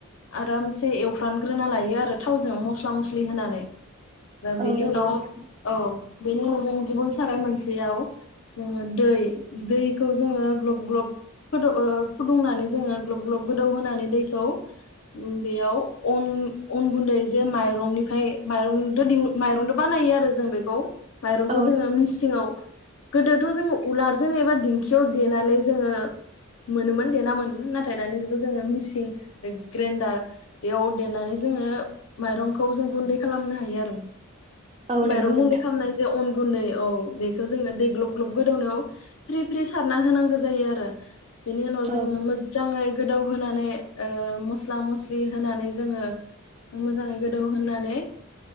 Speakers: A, on the left; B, on the right.
A: आरामसे एवफ्रानग्रोना लायो आरो थावजों मस्ला मस्लि होनानै। बेनि
B: औ नंगौ
A: उनाव
B: नोंथां
A: औ बेनि उनाव जों गुबुन साराइ मोनसेयाव जोङो दै, दैखौ जोङो ग्ल'ब ग्ल'ब फुदु ओ फुदुंनानै जोङो ग्लब ग्लब गोदौ होनानै दैखौ बेयाव अन अन गुन्दै जे माइरंनिफ्राय माइरं दे दिहु माइरंदो बानायो आरो जों बेखौ। माइरंखौ
B: औ
A: जोङो मिसिङाव गोदोथ' जोङो उलार जों एबा दिंखियाव देनानै जोङो मोनोमोन देना मोनोमोन नाथाय दानि जुगाव जोङो मिसिं ग्रेन्डार बेयाव देनानै जोङो माइरंखौ जों गुन्दै खालामनो हायो आरो।
B: औ
A: माइरं
B: नंगौ
A: गुन्दै
B: नोंथां
A: खालामनाय जे अन गु गुन्दै औ बेखौ जोङो दै ग्ल'ब ग्ल'ब गोदौनायाव फ्रि फ्रि सारना होनांगौ जायो आरो। बेनि उनाव जोङो
B: औ
A: मोजजाङै गोदौ होनानै ओ मस स्ला मस्लि होनानै ज जोङो मोजाङै गोदौ होननानै